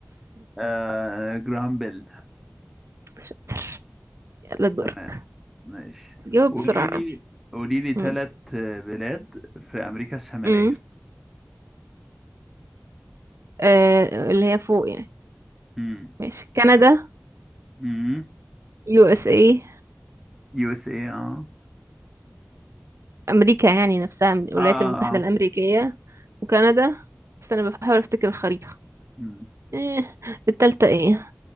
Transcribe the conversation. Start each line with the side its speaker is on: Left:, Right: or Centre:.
Centre: آه جراهام بيل
Right: شاطر يلا دورك
Centre: تمام ماشي
Right: جاوب
Centre: قولي
Right: بسرعة يا
Centre: لي
Right: رامي.
Centre: قولي لي ثلاث
Right: مم.
Centre: بلاد في امريكا الشماليه
Right: مم. آه اللي هي فوق يعني
Centre: امم
Right: ماشي كندا
Centre: امم
Right: يو اس اي
Centre: يو اس اي اه
Right: أمريكا يعني نفسها من الولايات
Centre: اه
Right: المتحدة
Centre: اه
Right: الأمريكية وكندا بس أنا بحاول أفتكر الخريطة
Centre: امم
Right: إيه التالتة إيه